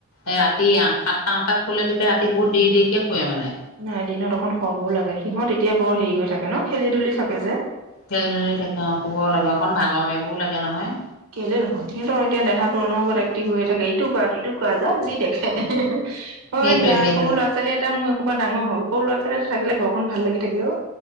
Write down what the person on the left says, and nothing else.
এ ৰাতি সাতটা আঠটাত খোলে তেতিয়া ৰাতি বহুত দেৰি-দেৰিকে শুৱে মানে।
খেল ধলি থাকে অ, শুব লাগে অকন ভাগৰ মাৰিবও লাগে নহয়।
সেইটোৱে
সেইটোৱে